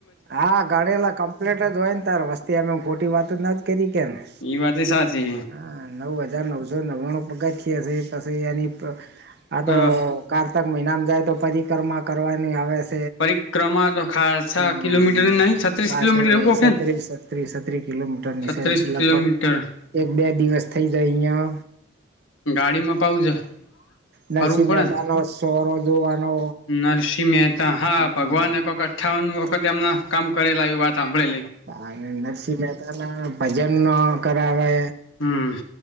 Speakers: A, on the right; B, on the left.
A: હા ગણેલા કમ્પલેટ જ હોયન તાર વસ્તી એમ એમ ખોટી વાતુંતો નજ કરીન કેને
B: એ વાત એ સાચી
A: હા નવ હજાર નવસો નવ્વાણું પગથિયા સે પછી એની પ-આતો
B: હે
A: કાર મહિનામાં જાય તો પરિકરમા કરવાની આવેસ
B: પરિક્રમા તો ખાસા
A: હ-હ-હ
B: કિલોમીટર નહીં છત્રીસ
A: તો આ
B: કિલોમીટર
A: સે
B: એવું કોક
A: સત્રી-સત્રીસ-છત્રી
B: હે ને
A: કિલોમીટરની
B: છત્રીસ
A: સે લગભગ
B: કિલોમીટર
A: એક બે દિવસ થઇ જાય ઇયા
B: ગાડી મ્પાવજે
A: નરસિંહ
B: ફરવું પડીને
A: મહેતા નો સોરો જોવાનો
B: નરસિંહ મહેતા હા
A: હમ
B: ભગવાન એક વખત અઠ્ઠાવન વ વખત એમના કામ કરેલા એવી વાત હાંભળી
A: અને નરસિંહ મહેતાના ભજન કરાવે
B: હમ